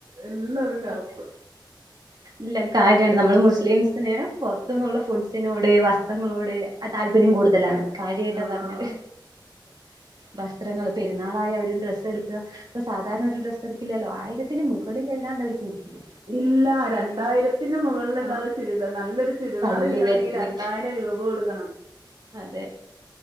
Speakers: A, on the right; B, on the right.
A: എല്ലാതും കറുപ്പ്
B: അതെ ഇല്ല കാര്യാണ് നമ്മള് മുസ്ലിംസിന് പുറത്തു നിന്നുള്ള ഫുഡ്സിനോട് വസ്ത്രങ്ങളോട് ആ താല്പര്യം കൂടുതലാണ് കാര്യമായിട്ടാ
A: ആഹ്
B: പറഞ്ഞത് വസ്ത്രങ്ങള്ൾ പെരുന്നാളായി അവരും ഡ്രസ്സ് എടുക്കുക ഇപ്പൊ സാധാരണ ഒരു ഡ്രസ് എട്ക്കില്ലല്ലോ ആയിരത്തിന് മുകളിലല്ലാണ്ട് അവര് ചിന്തിക്കില്ല
A: ഇല്ല രണ്ടായിരത്തി ത്തിന്റെ മുകളിലല്ലാതെ
B: ആഹ്
A: ചുരിദാ നല്ലൊരു ചുരിദാർ
B: തല്ലി
A: കിട്ടണമെങ്കിൽ
B: വെച്ചത്
A: രണ്ടായിരം രൂപ കൊടുക്കണം
B: അതെ